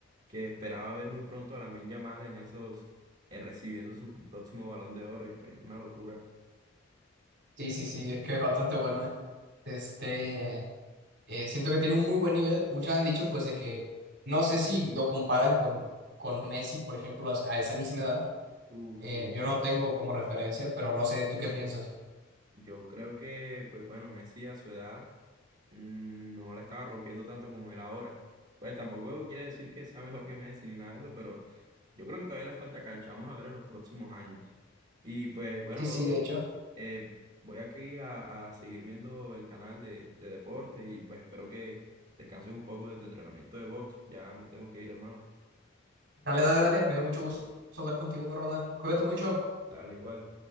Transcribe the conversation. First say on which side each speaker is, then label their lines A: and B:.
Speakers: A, on the right; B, on the right.
A: que esperaba ver muy pronto a Lamine Yamal en esos, eh, recibiendo su próximo Balón de Oro, y pues una locura.
B: Sí, sí, sí, es que es bastante bueno, ¿eh? Este, eh, siento que tiene un muy buen nivel. Muchos han dicho, pues, de que no sé si lo comparan con, con Messi, por ejemplo, a, a esa misma edad,
A: Uh,
B: Eh,
A: sí.
B: yo no tengo como referencia, pero no sé tú qué piensas.
A: Yo creo que, pues bueno, Messi a su edad. mm, no la estaba rompiendo tanto como él ahora. Pues tampoco quiere decir que sea mejor que Messi ni nada de eso, pero yo creo que todavía le falta cancha. Vamos a ver en los próximos años. Y pues bueno,
B: Sí, sí,
A: bro,
B: de hecho.
A: eh, voy aquí a, a seguir viendo el canal de, de deportes y pues espero que descanses un poco de tu entrenamiento de box. Ya me tengo que ir, hermano.
B: Dale, dale, dale. Me dio mucho gusto hablar contigo, Ronald. Cuídate mucho.
A: Dale igual.